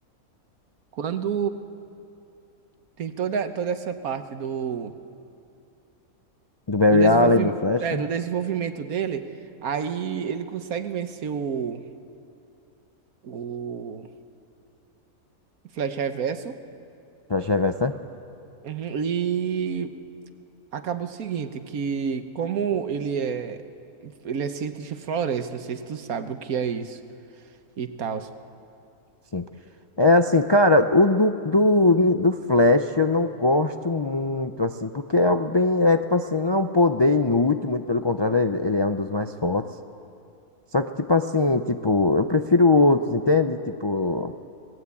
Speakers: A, on the right; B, on the left.
A: Quando tem toda, toda essa parte do,
B: Do Barry
A: do, desenvolvi...
B: Allen, do Flash.
A: é, do desenvolvimento dele, aí ele consegue vencer o, o Flash Reverso.
B: Flash Reverso, né?
A: Uhum, E acaba o seguinte, que como ele é ele é cientista floresta, não sei se tu sabe o que é isso e tal.
B: Sim. É assim, cara, o do, do, do Flash eu não gosto muito, assim, porque é algo bem, é tipo assim, não é um poder inútil, muito pelo contrário, ele, ele é um dos mais fortes. Só que, tipo assim, tipo, eu prefiro outros, entende? Tipo,